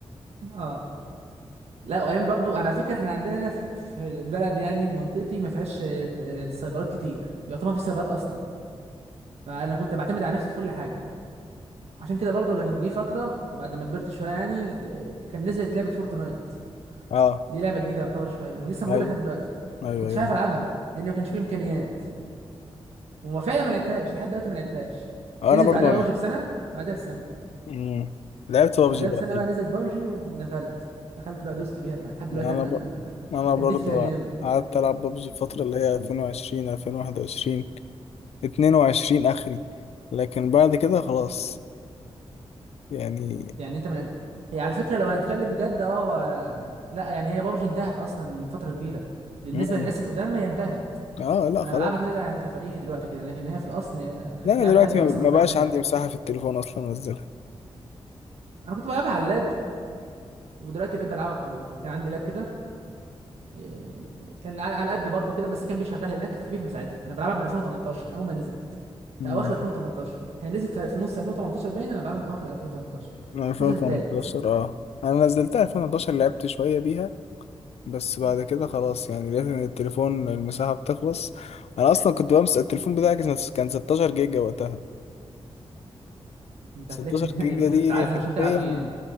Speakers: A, on the right (about 80°); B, on the left (about 80°).
A: اه لا وايام برضو انا فاكر احنا عندنا هنا في البلد يعني منطقتي ما فيهاش آه، ب- آه، سايبرات كتير يعتبر ما فيش سايبرات اصلا فانا كنت بعتمد على نفسي في كل حاجه عشان كده برضو كان جه فتره بعد ما كبرت شويه يعني آه، كان نزلت لعبه فورتنايت
B: اه
A: دي لعبه جديده يعتبر شويه ولسه موجوده
B: ايوه
A: لحد دلوقتي
B: ايوه
A: كنتش
B: ايوه
A: عارف
B: عارف
A: العبها لان ما كانش فيه امكانيات وفعلا ما لعبتهاش لحد دلوقتي ما لعبتهاش
B: آه،
A: نزلت
B: انا برضو
A: بعدها
B: انا
A: بوجي بسنه بعدها بسنه
B: مم. لعبت بابجي
A: بعدها
B: بقى
A: بسنة
B: اكيد
A: بقى نزلت بابجي ودخلت دخلت بقى دوست فيها بقى لحد دلوقتي
B: يعني انا
A: انا
B: ب... انا برضو
A: اديت فيها جامد
B: قعدت العب بابجي الفترة اللي هي 2020 2021 22 اخري لكن بعد كده خلاص يعني
A: يعني انت من هي على فكرة لو هنتكلم بجد اه هو لا يعني هي بابجي انتهت اصلا من فترة كبيرة بالنسبة
B: مم.
A: للناس القدام هي انتهت
B: اه لا
A: انا
B: خلاص
A: بلعبها كده يعني تفاريحي دلوقتي كده لكن هي في الاصل هي كانت
B: لا انا
A: لعبة
B: دلوقتي
A: تانية
B: ما
A: اصلا
B: ما
A: وبقت
B: بقاش
A: لعبة
B: عندي
A: تانية
B: مساحة في التليفون اصلا انزلها
A: انا كنت بلعبها على اللاب ودلوقتي بقيت بلعبها على الكمبيوتر كان عندي لاب كده إيه، كان على على قده برضه كده بس كان بيشغلها لانها كانت خفيفه ساعتها انا بلعبها من 2018 من اول ما نزلت
B: مم.
A: في اواخر 2018 هي نزلت في في نص 2018 باين انا بلعبها من اواخر 2018
B: من 2018
A: السيزون الثالث
B: اه انا نزلتها
A: مم.
B: 2011 لعبت شوية بيها بس بعد
A: مم.
B: كده خلاص يعني لقيت ان التليفون المساحة بتخلص انا اصلا كنت بمسك التليفون بتاعي كان كان 16 جيجا وقتها
A: انت
B: 16
A: هتلاقيك <laughs>
B: جيجا
A: يعني كنت
B: دي
A: بتتعذب
B: حرفيا
A: عشان تلعب جي يعني